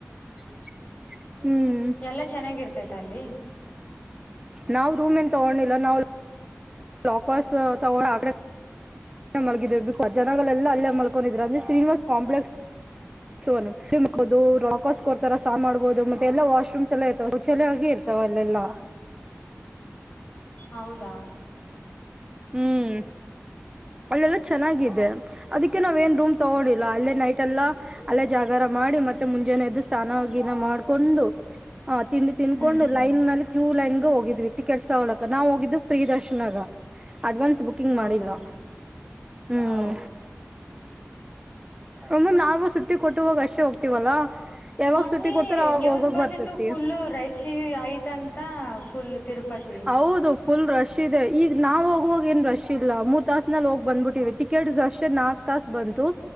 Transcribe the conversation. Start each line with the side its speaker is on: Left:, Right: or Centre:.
Right: ಹ್ಮ್
Left: ಎಲ್ಲಾ ಚೆನ್ನಾಗಿರ್ತೈತೆ ಅಲ್ಲಿ
Right: ನಾವ್ ರೂಮ್ಏನ್ ತಗೊಂಡಿಲ್ಲ ನಾವ್ ಲ್ಲಾಕರ್ಸ್ ಅವ ಆಗ್ರ ಮಲಗಿದೀವು ಬೇಕು ಜನಗಳಲ್ಲ ಅಲ್ಲೇ ಮಲ್ಕೊಂಡಿದ್ರ ಅ್ರ ಶ್ರೀನಿವಾಸ್ ಕಾಂಪ್ಲೆಕ್ಸ್ ಸೋ ಮ್ ಹೋದು ರಾಕರ್ಸ್ರ್ತರ ಸಾ ಮಾಡ್ಬಹುದು ಮತ್ತೆ ಎಾ ವಾಶ್ರೂಮ್ಸ್ ಎಲ್ಲ ಐತುಚೆ ಆಗಿ ತವಲ್ಲೆಲ್ಲ
Left: ಹೌದಾ
Right: ಹ್ಮ್ ಅಲ್ಲೆಲ್ಲ ಚೆನ್ನಾಗಿದೆ ಅದಕ್ಕೆ ನಾವ್ ಏನ್ ರೂಮ್ ತಗೊಂಡಿಲ್ಲ ಅಲ್ಲೇ ನೈಟ್ ಎಲ್ಲ ಅಲ್ಲೇ ಜಾಗರ ಮಾಡಿ ಮತ್ತೆ ಮುಂಜಾನೆ ಎದ್ದು ಸ ಸಾನ ಗಿನ ಮಾಡ್ಕೊಂಡು ಹ ತಿಂಡಿ ತಿನ್ಕೊಂಡು
Left: ಹ್ಮ್
Right: ಲೈನ್ನಲ್ಲಿ ಕ್ಯೂ ಲೈನ್ ಹೋಗಿದ್ವಿ ಟಿಕೆಟ್ಸ್ ತಗೊಳ್ಳಕ ನಾವು ಹೋಗಿದ್ದ್ ಫ್ರೀ ದರ್ಶನಗ ಅಡ್ವಾನ್ಸ್ ಬುಕಿಂಗ್
Left: ಹೌದಾ
Right: ಮಾಡಿಲ್ಲ ಹ್ಮ್
Left: ಓ
Right: ಒಮ್ಮ ನಾವು ಸುಟ್ಟಿ ಕೊಟ್ಟವಾಗ ಅಷ್ಟೇ ಹೋಗ್ತಿವಲ್ಲಾ ಯಾವಾಗ
Left: ಮೊನ್ನೆ
Right: ಸುಟ್ಟಿ ಕೊಡ್ತಾರ ಅವಾಗ
Left: ನ್ಯೂಸ್
Right: ಹೋಗಕ್
Left: ಬಂದಿತ್ತು
Right: ಬರ್ತತಿ
Left: ಫುಲ್ಲು ರಶ್ ಐತಂತ ಫುಲ್ಲ್ ತಿರುಪತಿ
Right: ಹೌದು ಫುಲ್ ರಶ್ ಇದೆ ಈಗ ನಾವು ಹೋಗುವಾಗ ಏನ್ ರಶ್ ಇಲ್ಲ ಮೂರ್ ತಾಸ್ನಲ್ಲಿ ಹೋಗಿ ಬಂದ್ಬಿಟ್ಟಿವಿ ಟಿಕೆಟ್ಗಷ್ಟೆ ನಾಕ ಕಸ್ ಬಂತು